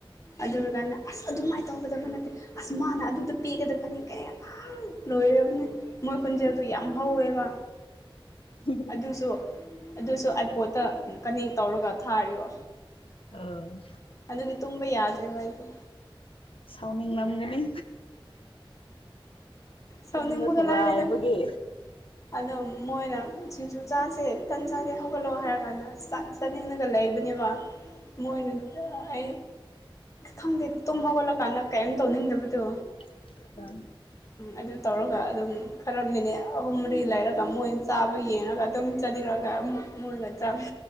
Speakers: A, on the left; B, on the left.
A: ꯑꯗꯨꯔꯒꯥꯟꯗ ꯑꯁ ꯑꯗꯨꯃꯥꯏꯅ ꯇꯧꯒꯗꯕ ꯅꯠꯇꯦ ꯑꯁ ꯃꯥꯅ ꯑꯗꯨꯗ ꯄꯤꯒꯗꯕꯅꯤ ꯀꯩ ꯂꯣꯏꯔꯕꯅꯦ ꯃꯣꯏ ꯈꯣꯟꯖꯦꯜꯗꯨ ꯌꯥꯝ ꯍꯧꯋꯦꯕ
B: <inaudible>
A: ꯑꯗꯨꯁꯨ ꯑꯗꯨꯁꯨ ꯑꯥꯏꯄꯣꯠꯇ ꯀꯅꯦꯛ ꯇꯧꯔꯒ ꯊꯥꯔꯤꯕ
B: ꯎꯝ
A: ꯑꯗꯨꯒꯤ ꯇꯨꯝꯕ ꯌꯥꯗ꯭ꯔꯦꯕ ꯑꯩꯗꯣ
B: ꯁꯥꯎꯅꯤꯡ ꯅꯝꯒꯅꯤ꯫
A: ꯁꯥꯎꯅꯤꯡꯕꯒ
B: ꯇꯨꯝꯕ ꯊꯨꯒꯥꯏꯕꯒꯤ꯫
A: ꯂꯥꯏꯔꯗ ꯑꯗꯣ ꯃꯣꯏꯅ ꯁꯤꯡꯖꯨ ꯆꯥꯁꯦ ꯇꯟ ꯆꯥꯁꯦ ꯍꯧꯒꯠꯂꯛꯑꯣ ꯍꯥꯏꯔ ꯀꯥꯟꯗ ꯆꯥꯅꯤꯡꯉꯒ ꯂꯩꯕꯅꯦꯕ ꯃꯣꯏꯅ ꯑꯩ ꯈꯪꯗꯦ ꯇꯨꯝ ꯍꯧꯒꯠꯂꯀꯥꯟꯗ ꯀꯔꯤꯝ ꯇꯧꯅꯤꯡꯗꯕꯗꯣ
B: <unintelligible>
A: ꯑꯗꯨ ꯇꯧꯔꯒ ꯑꯗꯨꯝ ꯈꯔ ꯃꯤꯅꯤꯠ ꯑꯍꯨꯝ ꯃꯔꯤ ꯂꯩꯔꯒ ꯃꯣꯏꯅ ꯆꯥꯕ ꯌꯦꯡꯉꯒ ꯑꯗꯨꯝ ꯆꯥꯅꯤꯡꯔꯒ ꯑꯃꯨꯛ ꯃꯣꯏꯅ ꯆꯥꯃꯤ꯫